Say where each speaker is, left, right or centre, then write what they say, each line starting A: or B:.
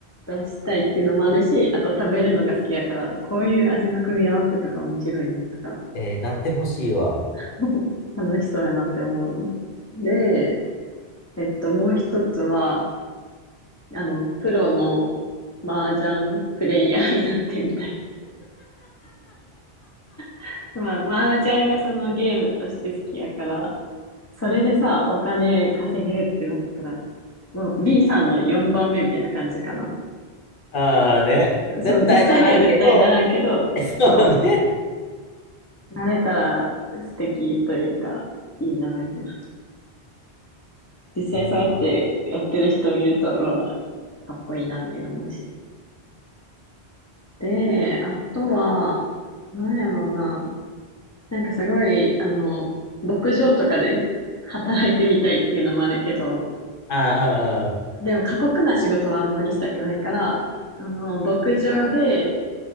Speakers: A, on the left; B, on the left.
A: 出したいっていうのもあるし、あと食べるのが好きやから、こういう味の組み合わせとか面白いなとか
B: う。えー、なってほしいわ。
A: <laughs> 楽しそうやなって思うの。で、えっと、もう一つは、あの、プロの麻雀プレイヤーになってみたい。<laughs> まあ、麻雀がそのゲームとして好きやから、それでさ、お金稼げるってなったら、もう B さんの4番目みたいな感じかな。
B: ああね。絶対ならんけど、
A: そ、その実際には絶対ならんけど、
B: <laughs> そうね。
A: そう、なれたら素敵というか、いいな、みたいな。実際そうやってやってる人見ると、
B: うん。
A: うわ、かっこいいな、みたいな思うし。で、あとは、なんやろうな。なんかすごい、あの、牧場とかで働いてみたいっていうのもあるけど、
B: あ
A: でも過酷な仕事はあんまりしたくないから、あの、牧場で、